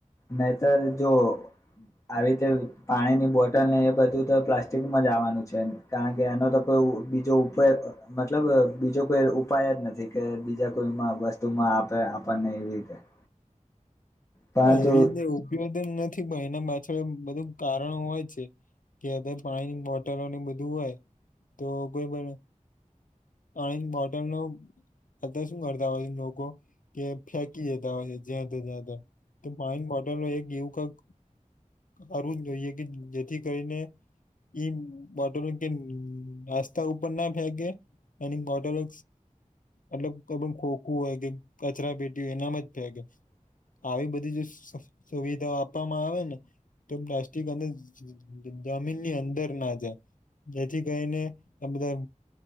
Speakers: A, on the left; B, on the left.
A: નહીતર જો આવી રીતે પાણીની બોટ ટલ ને એ બધું તો પ્લાસ્ટિકમાં જ આવવાનું છેન. કારણ કે એનો તો કોઈ ઉ બીજો ઉપ મતલબ તો બીજો કોઈ ઉપાય જ નથી કે બીજા કોઈમાં વસ્તુમાં આપે આપણને એવી રીતે. <inaudible> પરંતુ
B: હન, એવી રીતે ઉપયોગ નથી. પણ એના મા છળ બધું કારણો હોય છે કે અત્યારે પાણીની બોટલોની બધું હોય તો કોઈ પણ પાણી ન બોટલનો અત્યાર શું કરતા હોય લોકો કે ફેંકી દેતા હોય છે. જ્યા <unintelligible> તો પાણીન બોટલો એ કે એવું કાક કરવું જ જોઈએ કે જેથી કરીને ઈ બોટલો કેમ રસ્તા ઉપર ના ફેકેે. અને બોટલો મતલબ કોઈ પણ ખોખું હોય કે કચરા પેટી હોય એનામાં જ ફેકે.
A: <inaudible>
B: આવી બધી જો સફ સુવિધાઓ આપવામાં આવે ને તો પ્લાસ્ટિક અને જમીનની અંદર ના જાય. જેથી કરીને આ બધા